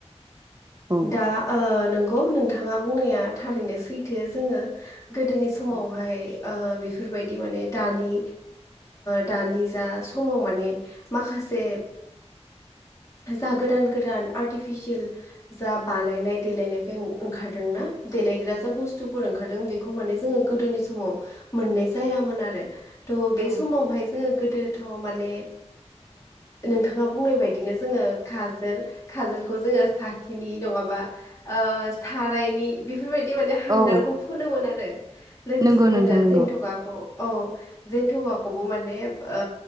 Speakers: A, on the right; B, on the left.
A: औ
B: दा नंगौ नोंथाङा बुंनाया थारैनो सैथो जोङो गोदोनि समावहाय
A: औ
B: बेफोरबायदि माने दानि दानि जा समाव माने माखासे जा गोदान गोदान आर्टिफिसियेल जा बानायनाय देलायनायफोर ओंखारदोंनाा देलायग्रा जा बुस्थुफोर ओंखार ओंखारदों बेखौ माने जोङो गोदोनि समाव मोननाय जायामोन आरो थह बे
A: औ
B: समावहाय जोङो गोदोथ' माने नोंथाङा बुंनाय बायदिनो जोङो खाजोल खाजोलखौ जोङो साखिनि नङाबा ओ सारायनि बेफोरबायदि माने हांगारखौ
A: औ
B: फोनोमोन आरो लोगोसे
A: नंगौ
B: जोङो
A: नोंथां नंगौ
B: जन्थकआ औ औ जेनथुखौखौबो माने आ